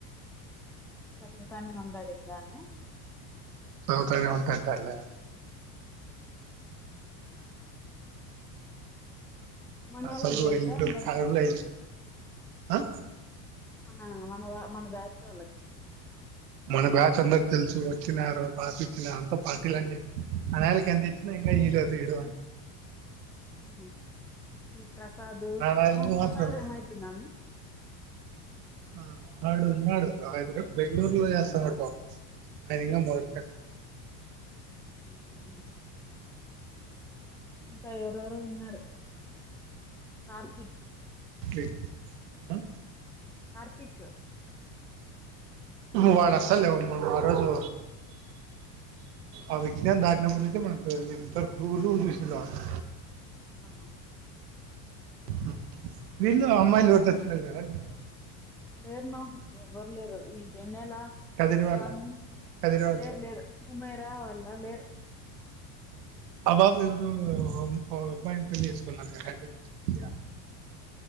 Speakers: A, in the centre; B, on the right (about 85°).
A: చదువుతానే ఉండాడు అనా
B: చదువుతానే ఉంటాంటానలే అని
A: మనోళ్ళకి
B: నా సదువు
A: తెలుసా
B: అయిపోయి
A: అందరికి
B: ఓ కాలంలో అ
A: మన మన వా మన బ్యాచ్ వాళ్ళకి
B: మన బ్యాచ్ అందరు తెలుసు వచ్చినారు తాపిచ్చిన అంత పార్టీలు అని చెప్పిరు ఆ నైళ్లకి ఎంత ఇచ్చినా ఇంకా ఇయ్య లేదు ఇడు అంటారు
A: ఉమ్ హు ఈ ప్రసాద్
B: అనాయలు
A: ఆ ప్రసాద్
B: మాత్రం
A: ఏమయిపోయినాడు నా
B: ఆ వాడు ఉన్నాడు బెంగళూరులో చేస్తాన్నాడు పాపం అదింగా మొదటి కట్
A: మ్ ఇంకా ఎవరెవరో ఉన్నారు కార్తిక్
B: దిక్ ఆ
A: కార్తిక్
B: వాడు అస్సలు మనము ఆరోజు ఆ విజ్ఞాం దాటినప్పుడు నుంచి మనకు నేను ఒకతూరి కూడా చూసిండ్ల వాన్ని
A: ఆహా
B: మ్ వీళ్ళు అమ్మాయిలు ఎవరు టచ్ లో లేరా నీకు
A: లేరున ఎవ్వరు లేరు ఈ వెన్నెలా
B: కదిరి వాళ్ళు
A: వాని
B: కదిరి వాళ్ళు
A: లేరు లేరు ఉమెరా వాల లేరు
B: ఆ పాప ఎవరో ఒక అబ్బాయిని పెళ్లి చూసుకొంది కదా అంట కదా హ్యాండిక్యాప్ దివ్య